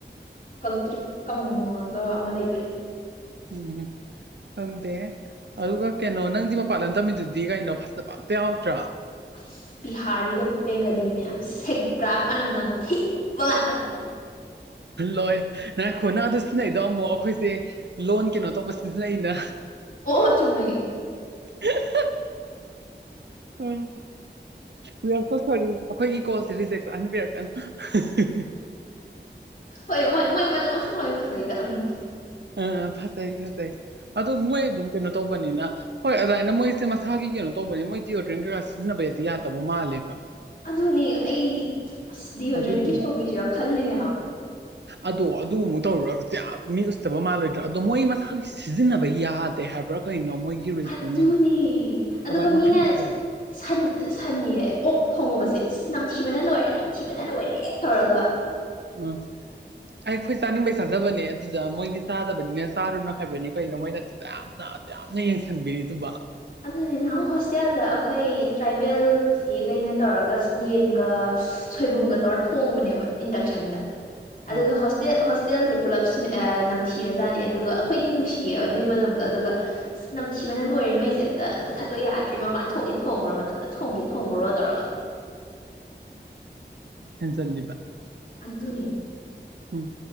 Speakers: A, on the left (about 45°); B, on the right (about 70°).
A: ꯀꯪꯇ꯭ꯔꯤꯛ ꯀꯪꯉꯒ ꯑꯃ ꯂꯩꯕꯅꯦ
B: ꯎꯝꯝ ꯈꯪꯗꯦ ꯑꯗꯨꯒ ꯀꯩꯅꯣ ꯅꯪꯗꯤ ꯃꯄꯥꯟ ꯂꯝꯗꯝꯃꯤꯗꯨꯗꯤ ꯀꯩꯅꯣ ꯐꯖꯇ ꯄ ꯑꯝꯇ ꯌꯥꯎꯗ꯭ꯔꯥ
A: ꯑꯁ ꯕꯤꯍꯥꯔꯤꯒ ꯕꯦꯡꯒꯥꯂꯤ ꯃꯌꯥꯝ ꯁꯦꯒ꯭ꯔꯥꯛ ꯃꯅꯝ ꯅꯝꯊꯩꯕ ꯉꯇꯅ
B: ꯂꯣꯏ ꯅꯔꯈꯣꯅ ꯑꯗꯨ ꯁꯤꯖꯤꯟꯅꯩꯗꯣ ꯑꯃꯨꯛ ꯑꯩꯈꯣꯏꯁꯦ ꯂꯣꯟ ꯀꯩꯅꯣ ꯇꯧꯕ ꯁꯤꯖꯤꯟꯅꯩꯅ
A: ꯑꯣ ꯆꯨꯝꯃꯦ
B: ꯍ ꯎꯝ ꯋꯤ ꯑ ꯁꯣ ꯁꯣꯔꯤ ꯑꯩꯈꯣꯏꯒꯤ ꯀꯣꯜꯁꯦ ꯔꯤꯖꯦꯞ ꯆꯍꯟꯕꯤꯔꯛꯀꯅ <unintelligible>
A: ꯍꯣꯏ ꯃꯣꯏ ꯃꯣꯏ ꯃꯣꯟꯁꯪ ꯂꯣꯏ ꯐꯖꯩꯗ ꯑꯪ
B: ꯑ ꯐꯖꯩ ꯐꯖꯩ ꯑꯗꯣ ꯃꯣꯏ ꯑꯗꯨꯝ ꯀꯩꯅꯣ ꯇꯧꯕꯅꯤꯅ ꯍꯣꯏ ꯑꯗꯨꯃꯥꯏꯅ ꯃꯣꯏꯁꯦ ꯃꯁꯥꯒꯤ ꯀꯩꯅꯣ ꯇꯧꯕꯅꯦ ꯃꯣꯏ ꯗꯤꯑꯣꯗ꯭ꯔꯦꯟ ꯀꯩꯀꯥꯁ ꯁꯤꯖꯤꯟꯅꯕꯩꯗꯤ ꯌꯥꯗꯕ ꯃꯥꯜꯂꯦꯕ
A: ꯑꯗꯨꯅꯦ ꯑꯩ ꯑꯁ ꯗꯤꯌꯣꯗ꯭ꯔꯦꯟ
B: ꯑꯗꯨꯒꯤꯅꯦ
A: ꯒꯤꯐ ꯇꯧꯕꯤꯁꯤꯔꯥ ꯈꯜꯂꯤꯅꯦ ꯍꯥꯏꯕ
B: ꯑꯗꯣ ꯑꯗꯨꯒꯨꯝꯃꯨꯛ ꯇꯧꯔꯨꯔꯒꯁꯨ ꯌꯥꯝ ꯃꯤ ꯎꯠꯇꯕ ꯃꯥꯜꯂꯣꯏꯗ꯭ꯔꯥ ꯑꯗꯣ ꯃꯣꯏ ꯃꯁꯥꯁꯤ ꯁꯤꯖꯤꯟꯅꯕ ꯌꯥꯗꯦ ꯍꯥꯏꯕ ꯄꯨꯔꯥ ꯀꯩꯅꫭ ꯃꯣꯏꯒꯤ ꯔꯤꯖꯟ
A: ꯍꯥꯠꯇꯨꯅꯦ
B: ꯑꯃ
A: ꯑꯗꯨꯒ
B: ꯑꯗꯨꯃꯥꯏꯅ
A: ꯃꯤꯅ
B: ꯍꯥꯏꯕꯅꯦ
A: ꯁꯟ ꯁꯟꯌꯦ ꯑꯣꯛ ꯊꯣꯡꯉꯨꯕꯁꯦ ꯅꯝꯊꯤꯕꯅ ꯂꯣꯏꯔꯦ ꯅꯝꯊꯤꯕꯅ ꯂꯣꯏꯔꯦ ꯇꯧꯔꯒ
B: ꯎꯝ ꯑꯩ ꯑꯩꯈꯣꯏ ꯆꯥꯅꯤꯡꯕꯩ ꯆꯥꯖꯕꯅꯦ ꯑꯗꯨꯗ ꯃꯣꯏꯗꯤ ꯆꯥꯗꯕꯅꯤꯅ ꯆꯥꯔꯨꯅꯨ ꯍꯥꯏꯕꯅꯤ ꯀꯩꯅꯣ ꯃꯣꯏꯅ ꯌꯥꯝꯅ ꯑꯗꯨꯌꯥꯝꯅ ꯌꯦꯡꯁꯤꯟꯕꯤꯔꯤꯗꯨꯕꫭ
A: ꯑꯗꯨꯅꯤ ꯅꯍꯪ ꯍꯣꯁꯇꯦꯜꯗ ꯑꯩꯈꯣꯏ ꯇ꯭ꯔꯥꯏꯕꯦꯜ ꯇꯤꯊꯦꯈꯩꯅ ꯇꯧꯔꯒ ꯌꯦꯟ ꯁꯣꯏꯕꯨꯝꯒ ꯇꯧꯔ ꯊꯣꯡꯕꯅꯦꯕ ꯏꯟꯗꯛꯁꯟꯗ ꯑꯗꯨꯒ
B: ꯑ
A: ꯍ ꯍꯣꯁꯇꯦꯜꯁꯦ ꯄꯨꯜꯂꯞ ꯅꯝꯊꯤꯔꯖꯥꯠꯅꯦ ꯑꯗꯨꯒ ꯑꯩꯈꯣꯏꯗꯤ ꯅꯨꯡꯁꯤꯌꯦꯕ ꯑꯗꯨꯒꯤ ꯃꯗꯣ ꯑꯗꯨꯒ ꯅꯝꯁꯤꯕꯅꯅ ꯂ ꯑꯣꯏꯔꯦ ꯅꯣꯏꯁꯦ ꯇ ꯃꯨꯊꯠꯂꯣꯏ ꯌꯥꯗ꯭ꯔꯤ ꯃꯄꯥꯟ ꯊꯣꯡꯒꯦ ꯊꯣꯡꯉꯨꯔꯣ ꯃꯊꯛꯇ ꯊꯣꯡꯒꯦ ꯊꯣꯡꯉꯨꯔꯣ ꯇꯧꯔꯒ
B: ꯍ ꯆꯜꯂꯤꯕ
A: ꯑꯗꯨꯅꯦ
B: ꯎꯝ